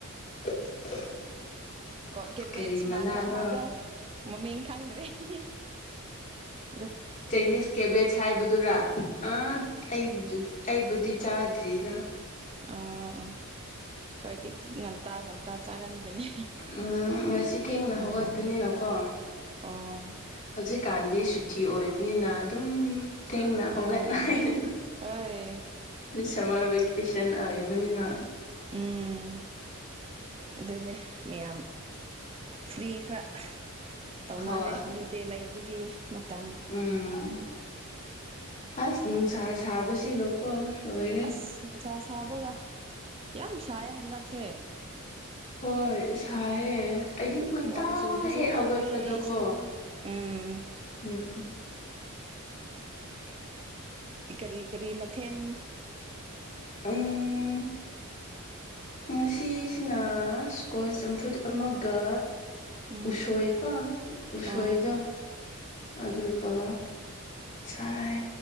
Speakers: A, on the left; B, on the right.
A: <unintelligible>
B: ꯀ ꯀꯦꯕꯦꯠꯁ
A: ꯀꯔꯤ ꯃꯅꯥꯅꯣ
B: ꯃꯥꯟꯕ ꯑꯃꯗꯣ ꯃꯃꯤꯡ ꯈꯪꯗ꯭ꯔꯦ ꯑꯦꯏ ꯍꯦ
A: ꯆꯅꯤꯁ ꯀꯦꯕꯦꯖ ꯍꯥꯏꯕꯗꯨꯔꯥ ꯑꯥ ꯑꯩ ꯖꯨ ꯑꯩꯕꯨꯗꯤ ꯆꯥꯗ꯭ꯔꯤꯗ
B: ꯑꯥ ꯑꯥ ꯑꯩꯈꯣꯏꯗꯤ ꯉꯟꯇꯥ ꯉꯟꯇꯥ ꯆꯥꯒꯟꯕꯅꯦ꯫
A: ꯑ ꯎꯝ ꯉꯁꯤ ꯊꯦꯡꯅ
B: ꯎꯝ
A: ꯍꯧꯒꯠꯀꯅꯤꯅꯀꯣ꯫
B: ꯑꯣ
A: ꯍꯧꯖꯤꯛꯀꯥꯟꯗꯤ ꯁꯨꯇꯤ ꯑꯣꯏꯕꯅꯤꯅ ꯑꯗꯨꯝꯝ꯫ ꯊꯦꯡꯅ ꯍꯒꯠꯅꯩꯍꯅ꯫
B: ꯑꯥ ꯍꯣꯏ
A: ꯁꯤ ꯁꯝꯃꯔ ꯚꯦꯀꯦꯁꯟ ꯑꯣꯏꯕꯅꯤꯅ꯫
B: ꯎꯝ ꯑꯗꯨꯅꯦ ꯃꯤꯌꯥꯝ꯫ ꯐ꯭ꯔꯤ ꯈꯔ ꯇꯧꯅꯔꯦ
A: ꯍꯣꯏ
B: ꯍꯣꯂꯤꯗꯦ ꯂꯩꯕꯒꯤ ꯃꯇꯝ꯫
A: ꯎꯝ ꯑꯁ ꯅꯨꯡꯁꯥ ꯁꯥꯕꯁꯤꯒꯀꯣ ꯂꯣꯏꯔꯦ꯫
B: ꯑꯁ ꯅꯨꯡꯁꯥ ꯁꯥꯕꯒ ꯌꯥꯝ ꯁꯥꯏꯌꯦ ꯍꯟꯗꯛꯁꯦ꯫
A: ꯍꯣꯏ ꯁꯥꯏꯌꯦ꯫ ꯑꯌꯨꯛ ꯉꯟꯇꯥ
B: ꯅꯣꯡ ꯆꯨꯕꯁꯨ
A: ꯍꯦꯛ ꯍꯧꯒꯠꯄꯗꯀꯣ
B: ꯄꯥꯝꯃꯦ ꯏꯁꯤꯡ ꯎꯝ
A: ꯎꯝ꯫ ꯎꯝ
B: ꯀꯔꯤ ꯀꯔꯤ ꯃꯊꯦꯟ꯫
A: ꯎꯝ ꯉꯁꯤꯁꯤꯅ ꯁ꯭ꯀꯣꯟ ꯆꯝꯐꯨꯠ ꯑꯃꯒ
B: ꯎꯝ
A: ꯎꯁꯣꯏ ꯀꯣ ꯎꯁꯣꯏꯗ
B: ꯑꯣ
A: ꯑꯗꯨꯒ ꯆꯥꯏ